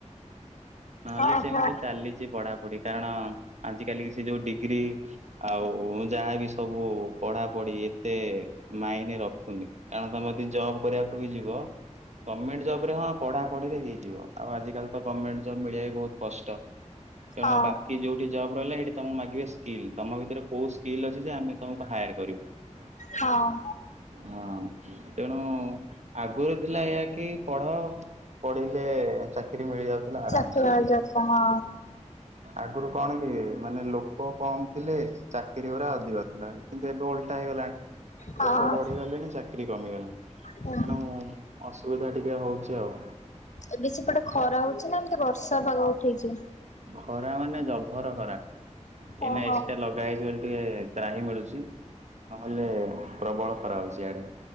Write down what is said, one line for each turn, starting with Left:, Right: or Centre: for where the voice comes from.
Right: ନହେଲେ
Left: ଓହୋ
Right: ସେମିତି ଚାଲିଛି ପଢାପଢି କାରଣ ଆଯି କାଲି କା ସେ ଯୋଉ ଡିଗ୍ରୀ ଆଉ ଯାହା ବିି ସବୁ ପଢ଼ାପଢି ଏତେ ମାଇନେ ରଖୁନି କାରଣ ତମେ ଯି ଜବ୍ କରିବାକୁ ବି ଯିବ ଗମେଣ୍ଟ ଜବ୍ ହ ପଢ଼ାପଢ଼ିରେ ହେଇଯିବ ଆଜିକା ତ ଗମେଣ୍ଟ ହେ ବହୁତ କଷ୍ଟ ତେଣୁ
Left: ହଁ
Right: ବାକି ଯୋଉଠି ଜବ ରହିଲା ହେଇଠି ତମ ମାଗିବେ ତମକୁ ସ୍କିଲ ତମଭି ରେ କୋଉ ସ୍କିଲ୍ ଅଛି ଯେ ଆମେ ତମକୁ ହାୟର କରିବୁ।
Left: ହଁ,
Right: ହଁ ତେଣୁ ଆଗରୁ ଥିଲା ଏୟା କି ପଢ ପଢିଲେ ଚାକିରି ମିଳିଯାଉଥିଲା ଆରାମ
Left: ଚାକିରି
Right: ସେ
Left: ବାଜିଆକୁ ହଁ
Right: ଆଗରୁ କଣ କିଏ ମାନେ ଲୋକ କମ ଥିଲେ ଚାକିରି ଗୁରା ଅଧିକ ଥିଲା କିନ୍ତୁ ଏବେ ଓଲଟା ହେଇଗଲାଣି।
Left: ହଁ
Right: ଲୋକ ବଢିଗଲେଣି ଚାକିରି କମିଗଲେ
Left: ହୁଁ
Right: ତେଣୁ ଅସୁବିଧା ଟିକେ ହଉଛି ଆଉ।
Left: ଏବେ ସେ ପଟେ ଖରା ହଉଛି ନା ଏମିତି ବର୍ଷା ପାଗ ଉଠେଇଛି
Right: ଖରା ମାନେ ଜଭର ଖରା ଏଇନା
Left: ଓହୋ
Right: ଏସିଟା ଲଗା ହେଇଛି ବୋଲି ଟିକେ ତ୍ରାହି ମିଳୁଛି ନହେଲେ ପ୍ରବଳ ଖରା ହଉଛି ଇଆଡେ।